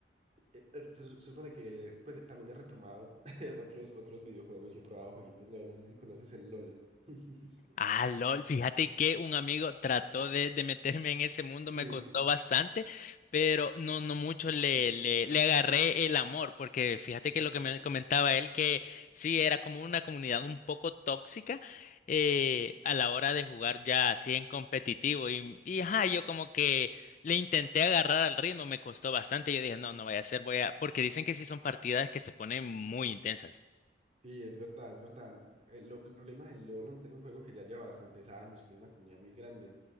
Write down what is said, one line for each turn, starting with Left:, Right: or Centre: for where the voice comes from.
Right: eh, eh, se, se supone que pues también he retomado <laughs> otros, otros videojuegos y he probado jueguitos nuevos. No sé si conoces el LOL. <laughs>
Left: Ah, LOL, fíjate que un amigo trató de, de meterme en ese mundo,
Right: Sí.
Left: me costó bastante, pero no, no mucho le,
Right: No lo
Left: le,
Right: logró.
Left: le agarré el amor, porque fíjate
Right: Ok.
Left: que lo que me comentaba él, que sí, era como una comunidad un poco tóxica eh, a la hora de jugar ya así en competitivo, y, y ajá, yo como que le intenté agarrar al ritmo, me costó bastante, yo dije, no, no vaya a ser, voy a, porque dicen que sí son partidas que se ponen muy intensas.
Right: Sí, es verdad, es verdad. El, lo- el problema del LoL, aunque es un juego que ya lleva bastantes años y tiene una comunidad muy grande,